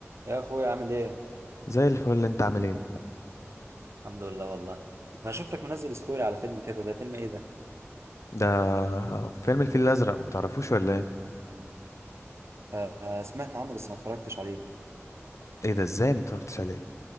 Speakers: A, on the right (about 65°); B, on the left (about 85°).
A: يا اخويا عامل ايه
B: زي الفل انت عامل ايه
A: الحمد لله والله انا شفتك منزل ستوري على فيلم كده ده فيلم ايه ده
B: ده فيلم الفيل الازرق متعرفوش ولا ايه
A: آه آه، سمعت عنه بس ما اتفرجتش عليه
B: ايه ده ازاي متفرجتش عليه